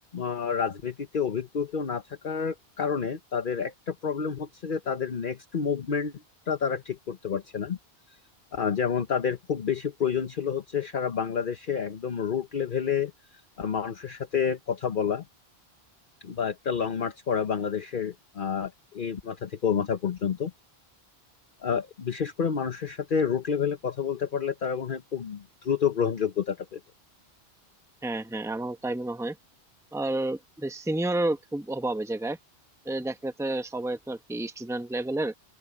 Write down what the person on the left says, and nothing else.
আহ, রাজনীতিতে অভিজ্ঞ কেউ না থাকার কারণে তাদের একটা প্রবলেম হচ্ছে যে তাদের নেক্সট মুভমেন্টটা তারা ঠিক করতে পারছে না আহ, যেমন তাদের খুব বেশি প্রয়োজন ছিল হচ্ছে সারা বাংলাদেশে একদম রুট লেভেলে মানুষের সাথে কথা বলা বা একটা লং মার্চ করা বাংলাদেশের আহ, এই মাথা থেকে ও মাথা পর্যন্ত আহ, বিশেষ করে মানুষের সাথে রুট লেভেলে কথা বলতে পারলে তারা মনে হয় খুব দ্রুত গ্রহণযোগ্যতাটা পেত